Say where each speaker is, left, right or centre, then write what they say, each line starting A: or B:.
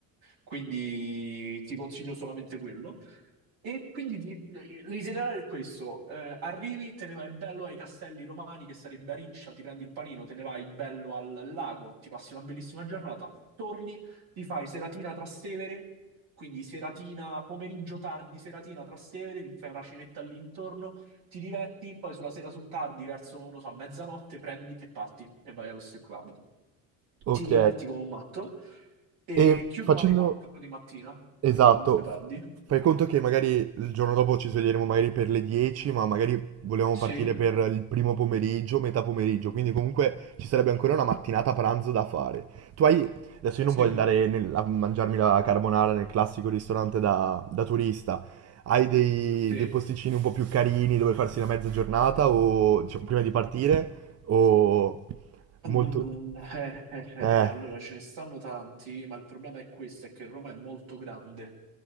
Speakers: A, on the right (about 60°); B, on the right (about 40°).
A: Quindi ti consiglio solamente quello. E quindi ti- l'itinerario è questo: Eh, arrivi, te ne vai bello ai Castelli Romani, che sarebbe a Riccia, ti prendi il panino, te ne vai bello al al lago, ti passi una bellissima giornata, torni, ti fai seratina Trastevere, quindi seratina, pomeriggio tardi, seratina Trastevere, ti fai una cenetta all'intorno, ti diverti, poi sulla sera sul tardi, verso, non so, mezzanotte, prendi e parti e vai allo strip club
B: Ok.
A: ti diverti come un matto e
B: E
A: chiudono
B: facendo,
A: alle 4 di mattina,
B: Esatto,
A: quindi comunque tardi.
B: f- fai conto che magari il giorno dopo ci sveglieremo magari per le 10, ma magari volevamo
A: Sì,
B: partire per il primo pomeriggio, metà pomeriggio, quindi comunque ci sarebbe ancora una mattinata pranzo da fare. Tu hai... Adesso io
A: sì,
B: non voglio andare nel- a mangiarmi la carbonara nel classico ristorante da, da turista. Hai dei,
A: sì.
B: dei posticini un po' più carini dove farsi la mezza giornata o diciamo, prima di partire o molto...
A: Mm, eh, eh, eh,
B: Eh,
A: eh, allora ce ne stanno tanti, ma il problema è questo, è che Roma è molto grande.